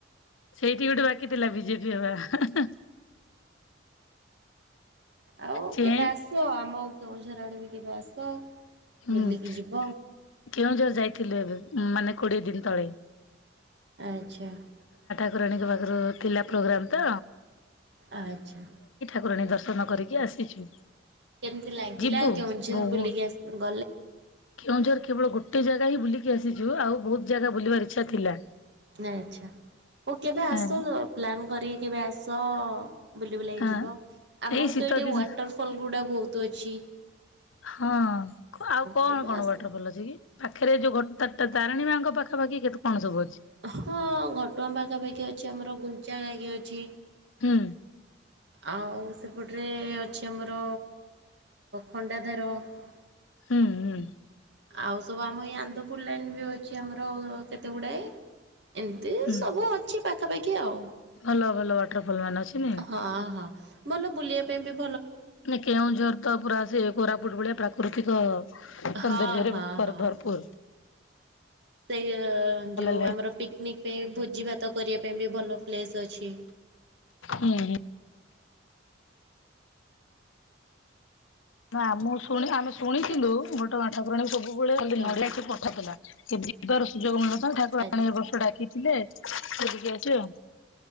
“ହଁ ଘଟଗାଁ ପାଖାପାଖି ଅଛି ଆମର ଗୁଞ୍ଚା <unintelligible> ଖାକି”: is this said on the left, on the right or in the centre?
Right